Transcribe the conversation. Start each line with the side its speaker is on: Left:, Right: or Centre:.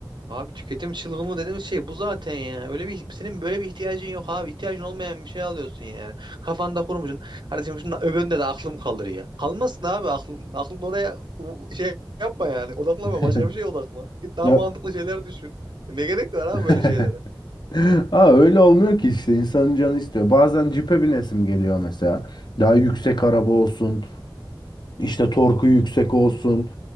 Right: Abi tüketim çılgını dediğimiz şey bu zaten ya. Öyle bir senin böyle bir ihtiyacın yok abi. İhtiyacın olmayan bir şey alıyorsun yani. Kafanda kurmuşsun. Kardeşim şundan öbüründe de aklım kalır ya. Kalmasın abi aklın. Aklın oraya u- şey yapma yani. Odaklama
Left: <laughs>
Right: başka bir şeye odakla. Git daha
Left: Ya...
Right: mantıklı şeyler düşün. Ne gerek var abi
Left: <laughs>
Right: böyle şeylere?
Left: Aa, öyle olmuyor ki işte insanın canı istiyor. Bazen cipe binesim geliyor mesela. Daha yüksek araba olsun, işte torku yüksek olsun.